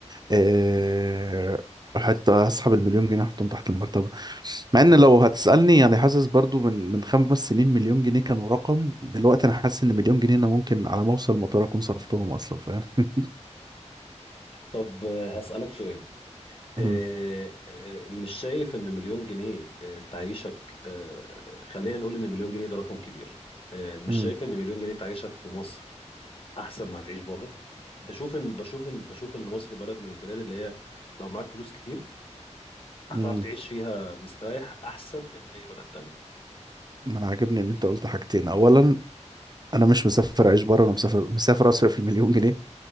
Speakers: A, on the right; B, on the left.
A: آه، حتى اسحب المليون جنيه احطهم تحت المرتبه مع ان لو هتسالني يعني حاسس برضو من من خمس سنين مليون جنيه كانوا رقم دلوقتي انا حاسس ان مليون جنيه انا ممكن على ما اوصل المطار اكون صرفتهم اصلا فاهم
B: طب آه، هسألك سؤال
A: <laughs>
B: أه
A: مم.
B: أه مش شايف ان مليون جنيه أه تعيشك أه خلينا نقول ان مليون جنيه ده رقم كبير أه مش
A: مم.
B: شايف ان مليون جنيه تعيشك في مصر احسن ما هتعيش بره بشوف ان بشوف ان بشوف ان مصر بلد من البلاد اللي هي لو معاك فلوس كتير
A: مم.
B: هتعرف تعيش فيها مستريح احسن من اي بلد تانية
A: ما انا عاجبني ان انت قلت حاجتين اولا انا مش مسافر اعيش بره انا مسافر مسافر اصرف المليون جنيه